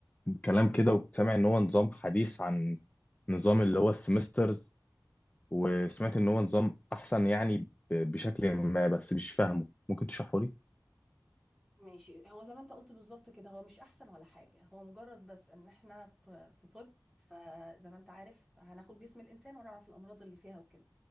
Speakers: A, on the left (about 20°); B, in the centre.
A: كلام كده وكنت سامع ان هو نظام حديث عن نظام اللي هو السيمسترز وسمعت ان هو نظام احسن يعني ب- بشكل ما بس مش فاهمه ممكن تشرحه لي؟
B: ماشي هو زي ما انت قلت بالظبط كده هو مش احسن ولا حاجة هو مجرد بس ان احنا في في طب فزي ما انت عارف هناخد جسم الانسان ونعرف الامراض اللي فيها وكده